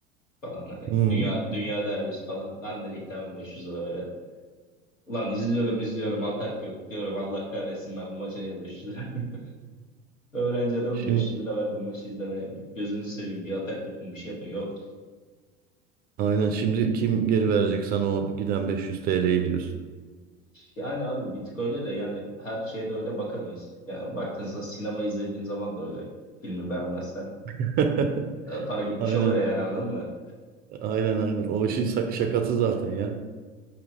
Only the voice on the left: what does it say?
falan hani
dünya dünya derbisi falan lan dedik tamam 500 lira verelim. Lan izliyorum izliyorum atak yok diyorum Allah kahretsin ben bu maça niye 500 lira <laughs> Öğrenci adamın
500 lira verdim maçı izlemeye gözünüzü seveyim bir atak yapın bir şey yapın yok.
Yani abi bir tık öyle de yani her şeye de öyle bakamayız. Ya baktığınızda sinema izlediğin zaman da öyle. Filmi beğenmezsen
e, para gitmiş
oluyor yani anladın mı?